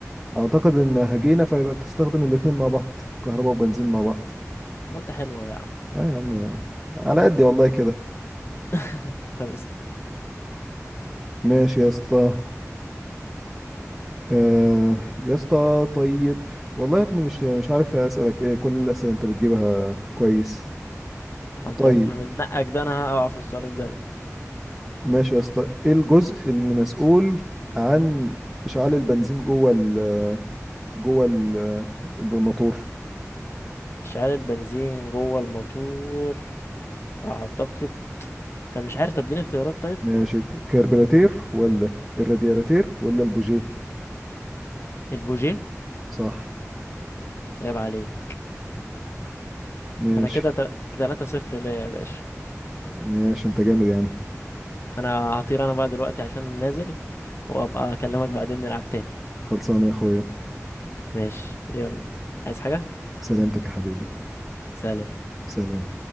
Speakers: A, in the centre; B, on the left.
A: اعتقد ان هجينا فيبقى بتستخدم الاتنين مع بعض كهرباء وبنزين مع بعض
B: طب ما انت حلو أهو يا عم
A: لا يا عم على قدي والله كده
B: <laughs> طب اسأل
A: ماشي يا اسطى آه يا اسطى طيب والله يا ابني مش مش عارف اسالك ايه كل الاسئله انت بتجيبها كويس
B: طب انت
A: طيب
B: من نقك ده انا هقع في السؤال الجاي
A: ماشي يا اسطى ايه الجزء اللي مسؤول عن اشعال البنزين جوه ال جوه ال- الموتور
B: اشعال البنزين جوه الموتور اعتقد انا مش عارف طب اديني اختيارات طيب
A: ماشي الكربيراتير ولا الرادياتير ولا البوجيه
B: البوجيه
A: صح
B: عيب عليك
A: ماشي
B: انا كده تل... 3 صفر ليا يا باشا
A: ماشي انت جامد يا عم
B: انا هطير انا بقى دلوقتي عشان نازل وابقى اكلمك بعدين نلعب تاني
A: خلصانه يا اخويا
B: ماشي يلا عايز حاجة
A: سلامتك يا حبيبي
B: سلام
A: سلام